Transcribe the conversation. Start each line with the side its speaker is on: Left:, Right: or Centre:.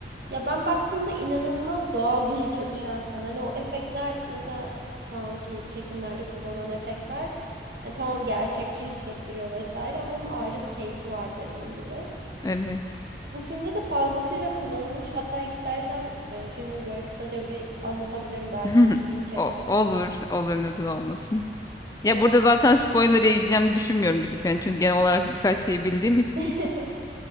Right: ya ben baktığımda inanılmaz doğal <laughs> geliyor şahsen. Hani o efektler mesela şu anki çekimlerde kullanılan efektler yani tamam gerçekçi hissettiriyor vesaire ama onun ayrı bir keyfi var dediğin gibi.
Left: evet.
Right: Bu filmde de fazlasıyla kullanılmış. Hatta istersen e, filmi böyle kısaca bir anlatabilirim. Belki
Left: <laughs>
Right: ilgini çeker.
Left: O, olur, olur neden olmasın.
Right: E,
Left: Ya burada zaten spoiler yiyeceğim düşünmüyorum gidip yani çünkü genel olarak birkaç şey bildiğim için.
Right: <laughs>